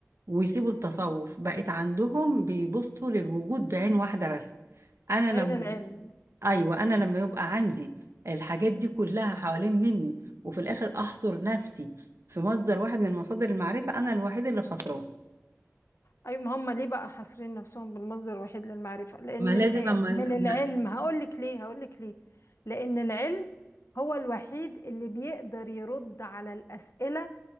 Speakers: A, on the right (about 65°); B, on the left (about 65°).
A: ويسيبوا التصوف بقت عندهم بيبصوا للوجود بعين واحدة بس أنا
B: عين
A: لما
B: العلم
A: ايوه انا لما يبقى عندي الحاجات دي كلها حوالين مني وفي الاخر احصر نفسي في مصدر واحد من مصادر المعرفه انا الوحيد اللي خسران
B: أيوة ما هم ليه بقى حاصرين نفسهم بالمصدر الوحيد للمعرفة لأن
A: ما لازم
B: ال-
A: أما
B: من العلم
A: ما
B: هقولك ليه هقولك ليه لأن العلم هو الوحيد اللي بيقدر يرد على الأسئلة